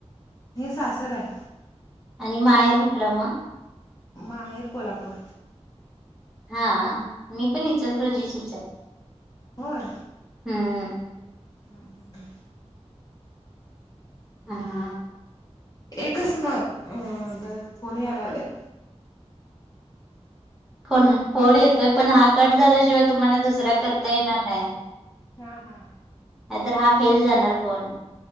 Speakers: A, on the left; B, in the centre.
A: हे सासर हाय.
B: आणि माहेर कुठलं म
A: माहेर कोल्हापूर.
B: हा आ मी पण इचलकरंजीचीच हाय.
A: होय.
B: हम्म
A: हम्म हम्म
B: हा
A: एकच म अ फोन या लागलाय.
B: कोण फोन येतोय पण हा कट झाल्याशिवाय तुम्हाला दुसरा करता येणार नाय.
A: हा हा
B: नाय तर हा फेल जाणार फोन